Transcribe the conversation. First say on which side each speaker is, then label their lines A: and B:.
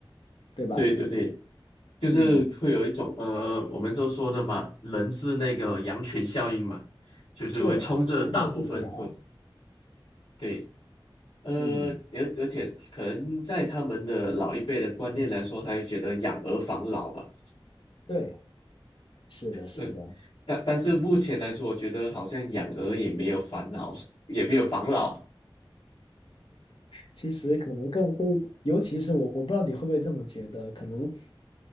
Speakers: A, on the left; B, on the left.
A: 对吧？
B: 对对对，就是会有一种呃，
A: 嗯，
B: 我们都说的嘛，人是那个羊群效应嘛，就是会冲着大部分会
A: 是从众心理啊
B: 对，呃，
A: 嗯，
B: 而而且可能在他们的老一辈的观念来说，他就觉得养儿防老吧。
A: 对，是的，是的。
B: 对，但但是目前来说，我觉得好像养鹅也没有烦恼，<laughs> 也没有防老。
A: 其实可能更会，尤其是我，我不知道你会不会这么觉得，可能，